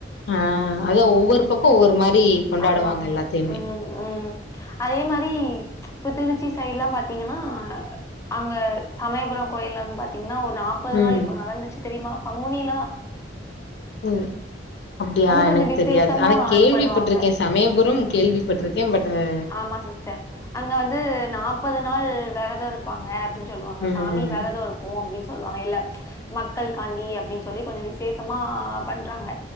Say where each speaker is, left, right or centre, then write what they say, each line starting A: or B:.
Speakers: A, on the left (about 65°); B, on the left (about 15°).
A: ஆஹ் அத்தா ஒவ்வொரு பக்கோ ஒவ்வொரு மாரி கொண்டாடுவாங்க
B: ஆமா ஆமா
A: எல்லாத்தையுமே
B: ம் ம். அதே மாரி இப்ப திருச்சி சைட்லாம் பாத்தீங்கன்னா ஆ அங்க சமயபுரோ கோயில்ல வந்து பாத்தீங் ன்னா ஒரு நாற்பது
A: ம்
B: நாள் இப்போ நடந்துச்சி தெரியுமா பங்குனிலா
A: உம் அப்டியா
B: கொஞ்சம்
A: எனக்கு
B: விசேஷமா
A: தெரியாது ஆனா கேள்விப்பட்டிருக்கே
B: இது பண்ணுவாங்க.
A: சமயபுறம் கேள்விப்பட்டிருக்கே பட் ஆ
B: ஆமா சிஸ்டர் அங்க வந்து நாற்பது நாள் விரதோ இருப்பாங்க அப்டின்னு சொல்லுவாங்க
A: ம்
B: சாமி விரதோ இருக்கோ அப்டின்னு சொல்லுவாங்க இல்ல மக்கள் காண்டி அப்டின்னு சொல்லி கொஞ்சோ விசேஷமா பண்றாங்க